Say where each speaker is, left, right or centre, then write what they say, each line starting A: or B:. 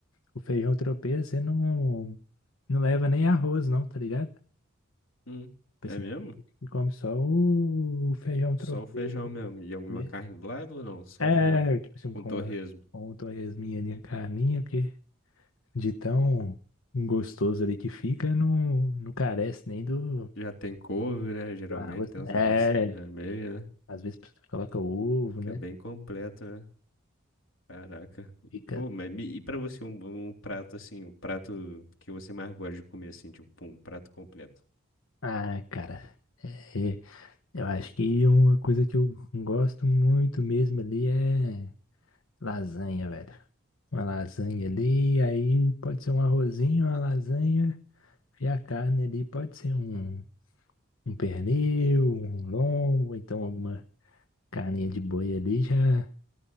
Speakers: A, on the left; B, on the left.
A: o feijão tropeiro, você não, não leva nem arroz, não, tá ligado? Tipo
B: Hum, é
A: assim,
B: mesmo?
A: come só o, o feijão tropeiro
B: Só o feijão mesmo. E alguma
A: mesmo.
B: carne do lado ou não? Só
A: É,
B: o feijão.
A: tipo assim,
B: um
A: com
B: torresmo.
A: a, com o torresminho ali, a carninha, porque de tão gostoso ali que fica, não, não carece nem do,
B: Já tem couve, né? Geralmente
A: do arroz.
B: tem
A: né?
B: uns negocinhos
A: É,
B: no meio, né?
A: às vezes você coloca ovo,
B: que
A: né?
B: é bem completo, né? Caraca.
A: Fica
B: Pô, mas me- e pra você um, um prato assim, um prato que você mais gosta de comer assim, tipo, pum, um prato completo.
A: Ah, cara, é, eu acho que uma coisa que eu gosto muito mesmo ali é lasanha, velho. Uma lasanha ali, aí pode ser um arrozinho, uma lasanha, e a carne ali pode ser um, um pernil, um lombo, então alguma carninha de boi ali já,